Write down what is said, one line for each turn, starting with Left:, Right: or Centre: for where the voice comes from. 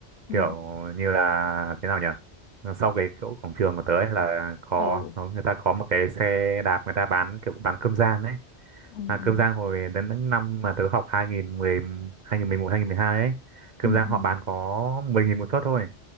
Left: ừ
Right: kiểu như là thế nào nhỉ sau cái chỗ cổng trường của tớ ấy là có
Left: ừ
Right: có- người ta có một cái xe đạp người ta bán kiểu bán cơm rang ấy
Left: ừ
Right: mà cơm rang hồi đến những năm mà tớ học 2010 2011 2012 ấy cơm
Left: ừ
Right: rang
Left: ừ
Right: họ bán có 10 nghìn một suất thôi